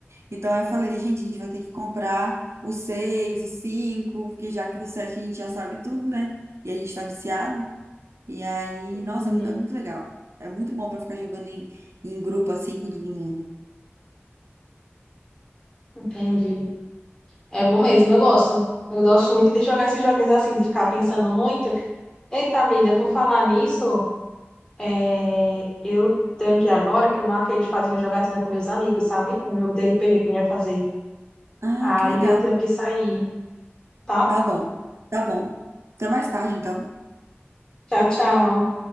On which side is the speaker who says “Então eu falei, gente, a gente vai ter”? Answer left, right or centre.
Right